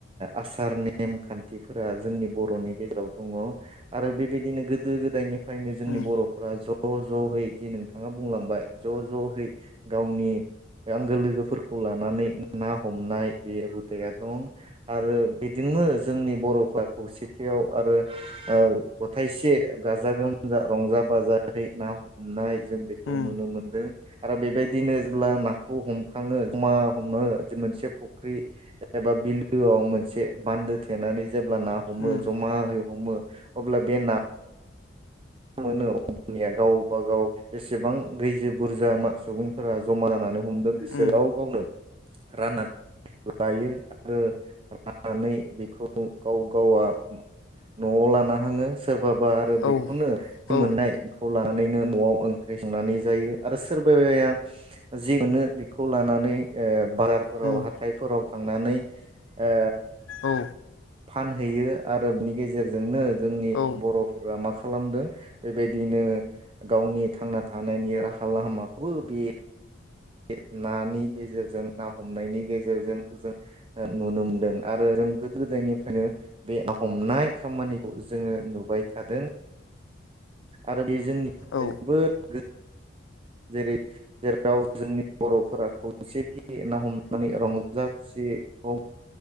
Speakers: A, on the right; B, on the left.
A: आसार नेम खान्थिफोरा जोंनि बरनि गेजेराव दङ आरो बेबायदिनो गोदो गोदायनि फ्रायनो जोंनि
B: उम
A: बरफोरा ज ज जहै जे नोंथाङा बुंलांबाय ज जहै गावनि आंगो लोगोफोरखौ लानानै ना हमनाय बे हुदाया दं आरो बेजोंनो जोंनि बरफ्रा खौसेथियाव आरो गथायाइसे गाजा गोमजा रंजा बाजायै ना हमनाय जों बेखौ
B: उम
A: नुनो मोनदों आरो बेबायदिनो जेब्ला नाखौ हमखाङो जमा हमो मोनसे फुख्रि एबा बिलोआव मोनसे बान्दो थेनानै जेब्ला ना हमो
B: उम
A: जमाहै हमो अब्ला बे ना मोनो अब्लानिया गावबा गाव बेसेबां गैजो बुरजा सुबुंफोरा जमा जानानै हमदों बिसोराव
B: उम
A: गावनो राननानै लायो आरो राननानै बेखौ गाव गावा नआव लाना हाङो सोरबा बाबा आरो
B: औ
A: बेखौनो
B: औ
A: मोननायखौ लानानैनो नआव ओंख्रि संनानै जायो आरो सोरबाया जि मोनो बेखौ लानानै ए बाजारफोराव
B: उम
A: हाथायफोराव थांनानै ओ
B: औ।
A: फानहैयो आरो बिनि गेजेरजोंनो जोंनि
B: औ
A: बर'फोरा माखा खालामदों बेबायदिनो गावनि थांना थानायनि राहा लामाखौबो बे बे नानि गेजेरजों ना हमनायनि गेजेरजों जों ओ नुनो मोनदों आरो जों गोदो गोदायनिफ्रायनो बे ना हमनाय खामानिखौ जोङो नुबाय थादों। आरो बे जोंनि थाखाय
B: औ
A: जोबोद गो जेरै जेराव जोंनि बर'फोरा खौसेथि ना हमनानै रंजा खुसिखौ